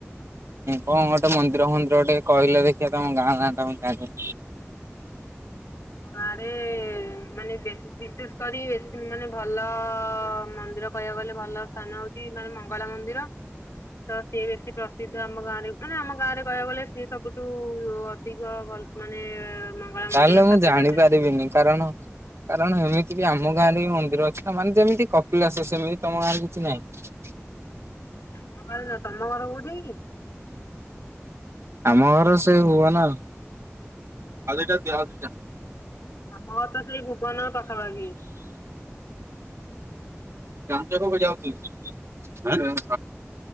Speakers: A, on the right (about 65°); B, on the left (about 85°).
A: କଣ ଗୋଟେ ମନ୍ଦିର ଫନ୍ଦିର ଟିକେ କହିଲେ ଦେଖିବା ତମ ଗାଁ ନା ଟା ମୁ ଜାଣି
B: ଆମ ଗାଁରେ ମାନେ ବେଶୀ ବିଶେଷ କରି ବେଶୀ ମାନେ ଭଲ ମନ୍ଦିର କହିବାକୁ ଗଲେ ଭଲ ସ୍ଥାନ ହଉଚି ମାନେ ମଙ୍ଗଳା ମନ୍ଦିର। ତ ସିଏ ବେଶୀ ପ୍ରସିଦ୍ଧ ଆମ ଗାଁରେ ମାନେ ଆମ ଗାଁରେ କହିବାକୁ ଗଲେ ସିଏ ସବୁଠୁ ଅଧିକ ଭଲ ମାନେ ମଙ୍ଗଳା
A: ତାହେଲେ
B: ମନ୍ଦିର ସ୍ଥାପିତ
A: ମୁଁ ଜାଣି
B: ଅଛନ୍ତି
A: ପାରିବିନି କାରଣ କାରଣ ସେମିତି ବି ଆମ ଗାଁ ରେ ବି ମନ୍ଦିର ଅଛି ନା ମାନେ ଯେମିତି କପିଳାସ ସେମିତି ତମ ଗାଁରେ କିଛି ନାହିଁ।
B: ଆମ ଗାଁ ରେ ନା ତମ ଗାଁ ରେ କଉ ଜାଗା କି?
A: ଆମ ଘର ସେ ହୁଅ ନା। ଆଉ ଦି ଟା ଦିଅ, ଆଉ ଦି ଟା।
B: ଆମ ଘର ତ ସେଇ ଭୁବନ ପାଖାପାଖି।
A: ଜାମଚକକୁ ଯାଉଥିଲି। ନିର୍